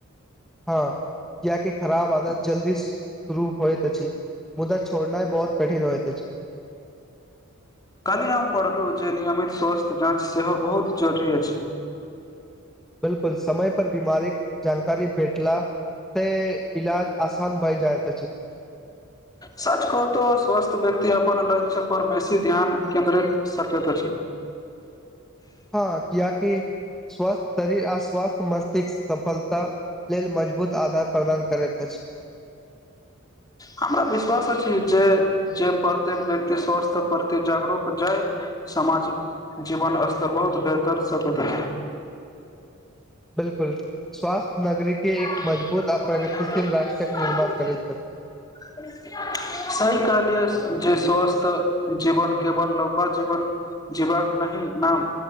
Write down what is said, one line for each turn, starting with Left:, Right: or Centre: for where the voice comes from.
Centre: हँ कियकि खराब आदत जल्दी शुरू होइत अछि मुदा छोड़नाइ बहुत कठिन होयत अछि
Left: काल्हि हम पढ़लहु जे नियमित स्वास्थ्य जाँच सेहो बहुत जरुरी अछि
Centre: बिल्कुल समय पर बीमारी जानकारी भेटला से इलाज आसान भई जायत अछि
Left: सच कहू तो स्वस्थ व्यक्त अपन लक्ष्य पर बेसी ध्यान केन्द्रित सकैत अछि
Centre: हँ कियकि स्वस्थ शरीर आ स्वस्थ मस्तिष्क सफल ता लेल मजबूत आधार प्रदान करैत अछि
Left: हमरा विश्वास छी जे जे प्रत्येक व्यक्ति स्वास्थ्य प्रति जागरूक जाय समाज जीवन स्तर बहुत बेहतर सकैत अछि
Centre: बिलकुल स्वास्थ्य नगरी केँ
Left: अछि
Centre: एक मजबूत आ प्रगतिशील राष्ट्रक निर्माण करैत छथि
Left: <inaudible> सही कहलिये जे स्वस्थ जीवन केवल लम्बा जीवन जीवक नहि नाम